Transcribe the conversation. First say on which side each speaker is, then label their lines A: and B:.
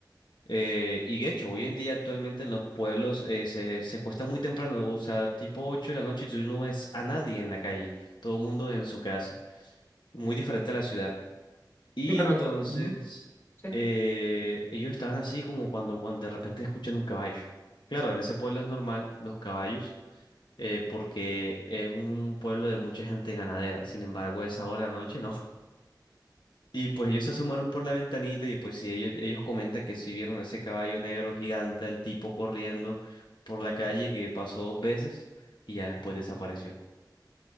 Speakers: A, on the left (about 80°); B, on the left (about 35°).
A: eh, y de hecho, hoy en día actualmente en los pueblos eh, se, se acuesta muy temprano, o sea, tipo 8 de la noche y tú no ves a nadie en la calle, todo el mundo en su casa, muy diferente a la ciudad. Y
B: Claro.
A: entonces
B: ujú. Sí.
A: eh, ellos estaban así como cuando, cuando de repente escuchan un caballo. Claro, en ese pueblo es normal los caballos, eh, porque es un pueblo de mucha gente ganadera, sin embargo, esa hora de la noche no. Y pues ellos se asomaron por la ventanita y pues sí, ellos, ellos comentan que sí vieron ese caballo negro gigante, el tipo corriendo por la calle que pasó dos veces y ya después desapareció.